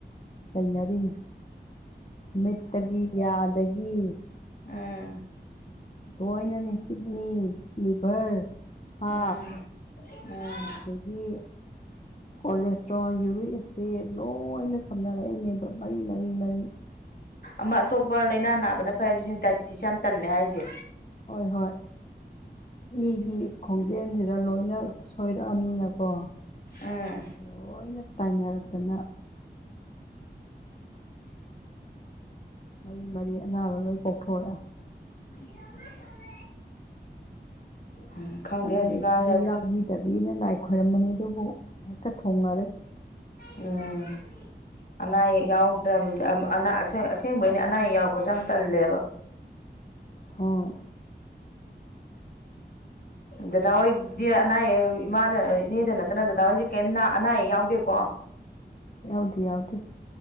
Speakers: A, on the left (about 40°); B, on the left (about 55°).
A: ꯂꯩꯅꯔꯤꯅꯤ ꯃꯠꯇꯒꯤ ꯌꯥꯗꯗꯒꯤ
B: ꯑꯥ
A: ꯂꯣꯏꯅꯅꯦ ꯀꯤꯠꯅꯤ ꯂꯤꯚꯔ ꯍꯥ
B: ꯎꯝ ꯎꯝ
A: ꯑꯗꯒꯤ ꯀꯣꯂꯦꯁꯇ꯭ꯔꯣꯣꯟ ꯌꯨꯔꯤꯁ ꯁꯦ ꯂꯣꯏꯅ ꯁꯝꯅꯔꯛꯏꯅꯦꯕ ꯃꯔꯤ ꯃꯔꯤ ꯃꯔꯤ
B: ꯑꯃ ꯑꯇꯣꯞꯄ ꯂꯥꯏꯅꯥ ꯅꯥꯕꯅ ꯐꯩꯁꯤ ꯁꯤ ꯗꯥꯏꯕꯤꯦꯇꯤꯁ ꯌꯥꯝꯅ ꯇꯜꯂꯦ ꯍꯥꯏꯁꯦ
A: ꯍꯣꯏ ꯍꯣꯏ ꯏꯒꯤ ꯈꯣꯡꯖꯦꯜꯁꯤꯗ ꯂꯣꯏꯅ ꯁꯣꯏꯔꯛꯑꯅꯤꯅꯀꯣ
B: ꯎꯝ
A: ꯂꯣꯏꯅ ꯇꯥꯏꯅꯔꯛꯇꯅ ꯃꯔꯤ ꯃꯔꯤ ꯑꯅꯥꯕ ꯂꯣꯏ ꯀꯣꯛꯊꯣꯔꯛꯑꯦ
B: ꯎ ꯎꯝ ꯈꯪꯗꯦ
A: ꯑꯅꯥ
B: ꯍꯧꯖꯤꯛꯀꯥꯟ
A: ꯑꯌꯦꯛꯁꯤꯗ
B: ꯑꯗꯨ
A: ꯌꯥꯎꯕꯤꯗꯕꯤꯅ ꯂꯥꯏ ꯈꯣꯏꯔꯝꯕꯅꯤ ꯑꯗꯨꯕꯨ ꯍꯦꯛꯇ ꯊꯣꯡꯉꯔꯦ
B: ꯎꯝ ꯑꯅꯥ ꯑꯌꯦꯛ ꯌꯥꯎꯗ꯭ꯔꯕ ꯑꯁꯦꯡꯕ ꯑꯩꯅ ꯑꯅꯥ ꯑꯌꯦꯛ ꯌꯥꯎꯔꯛꯄꯁꯦ ꯌꯥꯝ ꯇꯜꯂꯦꯕ
A: <unintelligible>
B: ꯗꯗꯥ ꯍꯣꯏꯗꯤ ꯑꯅꯥ ꯑꯌꯦꯛ ꯏꯃꯥꯗ ꯏꯅꯦꯗ ꯅꯠꯇꯅ ꯗꯗꯥ ꯍꯣꯏꯁꯦ ꯀꯩꯝ ꯑꯅꯥ ꯑꯌꯦꯛ ꯌꯥꯎꯗꯦꯀꯣ
A: ꯌꯥꯎꯗꯤꯦ ꯌꯥꯎꯗꯦ